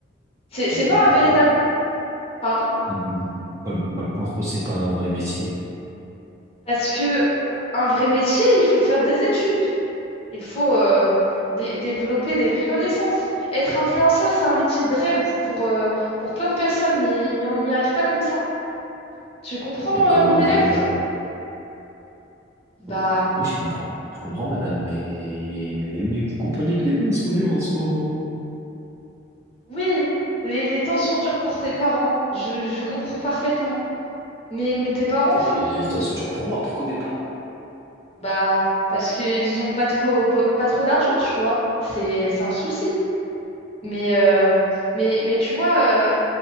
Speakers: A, on the left; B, on the right.
A: C'est, c'est
B: Et p-
A: pas
B: p-
A: un véritable. Pardon?
B: Bah, bah, bah, bah, bah, pourquoi c'est pas un vrai métier?
A: Parce que un vrai métier, il faut faire des études. Il faut euh, dé- développer des vraies connaissances. Être influenceur, c'est un métier de rêve pour, euh, pour plein de personnes, mais, mais on n'y arrive pas comme ça. Tu comprends,
B: Et comment
A: euh, mon
B: on
A: élève?
B: y arrive alors?
A: Bah
B: Euh, Oui, je comprends. Je comprends, madame, mais, mais, mais vous comprenez que les temps, ils sont durs en ce moment.
A: oui, les, les temps sont durs pour tes parents. Je, je comprends parfaitement. Mais, mais tes parents
B: Et
A: font,
B: les temps, ils sont durs pour moi, pourquoi mes parents?
A: Bah, parce qu'ils ont pas trop, po- pas trop d'argent, tu vois. C'est, c'est un souci. Mais, euh, mais, mais tu vois, euh,